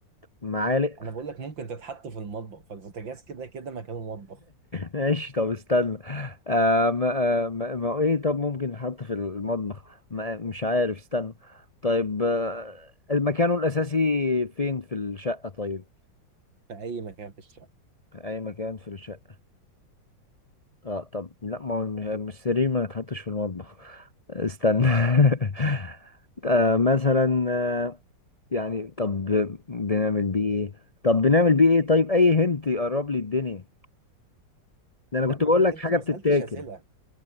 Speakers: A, on the left (about 35°); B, on the right (about 90°).
A: معالق
B: انا
A: <laughs>
B: بقول لك ممكن تتحط في المطبخ فالبوتاجاز كده كده مكانه مطبخ
A: ماشي طب استنى آه ما, آه ما, ما هو ايه طب ممكن نحط في المطبخ ما مش عارف استنى طيب آه مكانه الأساسي فين في الشقة طيب
B: في اي مكان في الشارع
A: أي مكان في الشقة اه طب لا ما هو مش مش السرير ما يتحطش في المطبخ استنى <laughs> آه مثلا آه يعني طب بنعمل بيه ايه طب بنعمل بيه ايه طيب أي هنت يقرب لي الدنيا ده انا كنت
B: لا ما
A: بقول
B: انت
A: لك
B: انت
A: حاجه
B: ما
A: بتتاكل
B: سالتش اسئله